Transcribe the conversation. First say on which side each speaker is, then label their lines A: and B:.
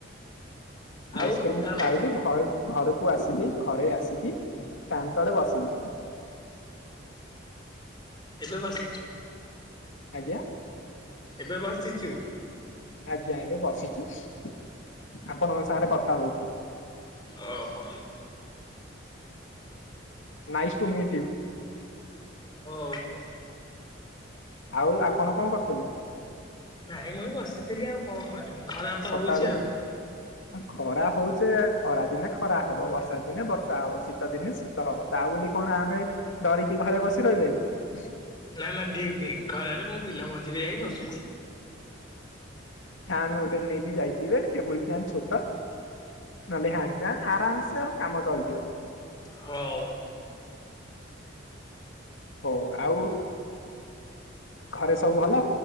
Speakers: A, on the left (about 25°); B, on the left (about 80°).
A: ଆଉ
B: ଆଇସ୍କ୍ରିମ
A: ତାପରେ
B: ଖାଇଲି, ଘରୁ ଘରକୁ ଆସିଲି, ଘରେ ଆସିକି ଫ୍ୟାନ୍ ତଳେ ବସିଲି।
A: ଏବେ ବସିଛୁ।
B: ଆଜ୍ଞା।
A: ଏବେ ବସିଚୁ?
B: ଆଜ୍ଞା ଏବେ ବସିଚୁ। ଆପଣଙ୍କ ସାଙ୍ଗରେ କଥା ହୋଉଚି।
A: ଓହୋ।
B: Nice to meet you.
A: ଓହୋ।
B: ଆଉ ଆପଣ କଣ କରଥିଲେ?
A: ନାଇଁ ମୁଇ ବସିଥିଲି ଆଉ କଣ କରିବି। ଖରା ତ
B: ସକାଳୁ
A: ହଉଛି ଆଉ
B: ଖରା ହୋଉଚେ। ଖରା ଦିନେ ଖରା ହବ, ବର୍ଷା ଦିନେ ବର୍ଷା, ହବ ଶୀତ ଦିନେ ଶୀ ତ ହବ ତା ବୋଲି କଣ ଆମେ ଡରିକି ଘରେ ବସି ରହିବାକି?
A: ନା ନା ଠିକ ଠିକ ଖରାରେ ମୁଁ ବିଲ ମଝିରେ ଯାଇ ବସୁଛି।
B: ଫ୍ୟାନ ଗୋଟେ ନେଇକି ଯାଇଥିବେ ଟେବୁଲ ଫ୍ୟନ ଛୋଟ। ନହେଲେ ହ୍ୟାଣ୍ଡ ଫ୍ୟାନ୍ ଆରାମସେ ଆଉ କାମ ଚାଳିଯିବ।
A: ହଉ।
B: ହଉ ଆଉ ଘରେ ସବୁ ଭଲ?